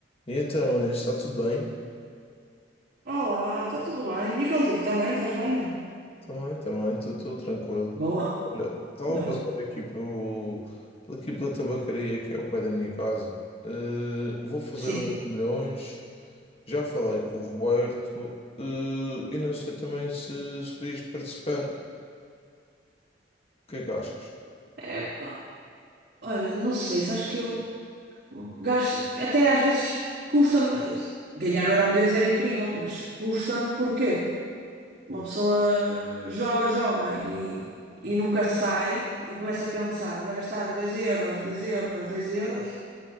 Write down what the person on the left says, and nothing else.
E então, Anis, está tudo bem?
Também, também, estou tranquilo.
Olha, estava
a passar
aqui pelo, por aqui pela tabacaria aqui ao pé da minha casa. Eh, vou fazer
o milhões, já falei com o Roberto, eh, e não sei também se, se querias participar. O que é que achas?